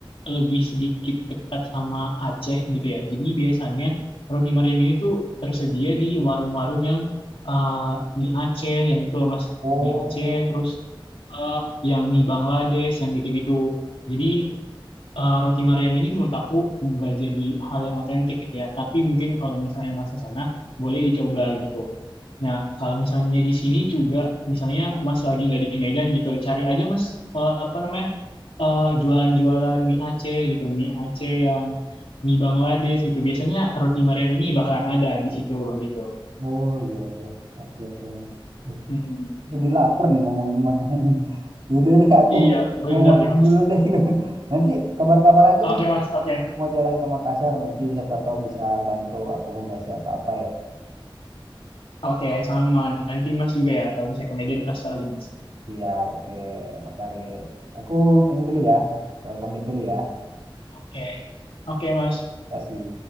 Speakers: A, on the left (about 80°); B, on the right (about 60°).
A: lebih sedikit dekat sama Aceh gitu ya. Jadi biasanya roti Mariam ini tuh tersedia di warung-warung yang eh, mie Aceh yang gitu loh Mas.
B: Oh,
A: Mie Aceh terus eh, yang mie Bangladesh yang gitu-gitu. Jadi eh, roti Mariam ini menurut aku nggak jadi hal yang otentik ya. Tapi mungkin kalau misalnya Mas ke sana boleh dicoba gitu. Nah, kalau misalnya di sini juga, misalnya Mas lagi nggak di Medan gitu, cari aja Mas eh, apa namanya eh, jualan-jualan mie Aceh gitu, mie Aceh yang mie Bangladesh gitu. Biasanya roti Mariam ini bakalan ada di situ gitu.
B: oh iya iya. Oke oke. Mas. Duh,
A: Hmm,
B: Jadi lapar nih ngomongin makanan ini. Yaudah deh aku
A: iya, bener
B: mau makan
A: nih Mas.
B: dulu deh. <laughs> Nanti kabar-kabar aja
A: Oke
B: Mas.
A: Mas, oke,
B: Mau jalan ke Makassar nanti siapa tahu bisa bantu akomodasi atau apa ya.
A: oke sama. Nanti Mas juga ya, kalau misalnya ke Medan kasih tau aja Mas.
B: Siap, oke Mas Arif. Aku ini dulu ya. Pamit dulu ya.
A: Oke, oke Mas.
B: Terima kasih.